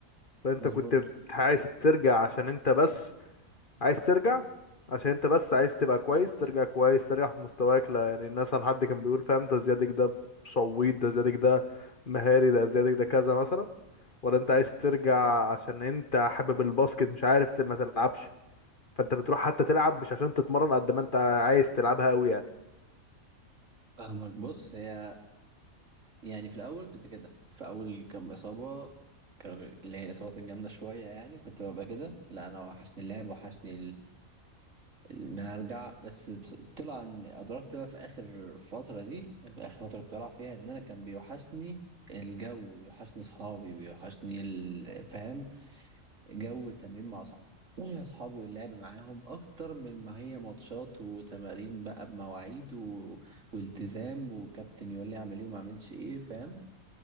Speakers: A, on the left; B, on the right.
A: فانت
B: مظبوط
A: كنت بت- عايز ترجع عشان انت بس عايز ترجع عشان انت بس عايز تبقى كويس ترجع كويس ترجع في مستواك لا يعني الناس عن حد كان بيقول فاهم ده زيادك ده شويط ده زيادك ده مهاري ده زيادك ده كذا مثلا ولا انت عايز ترجع عشان انت حابب الباسكت مش عارف ت- ما تلعبش فانت بتروح حتى تلعب مش عشان تتمرن قد ما انت عايز تلعبها قوي يعني
B: فاهمك بص هي يعني في الاول كنت كده في اول كام اصابة كانوا- اللي هي الإصابات الجامدة شوية يعني كنت ببقى كده لا أنا وحشني اللعب وحشني ان انا ارجع بس بس- طلع ان ادركت بقى في اخر فتره دي اخر فتره كنت بلعب فيها ان انا كان بيوحشني الجو بيوحشني اصحابي بيوحشني ال- فاهم جو التمرين مع اصحابي اصحابي واللعب معاهم اكتر من ما هي ماتشات وتمارين بقى بمواعيد و... والتزام وكابتن يقول لي اعمل ايه وما اعملش ايه فاهم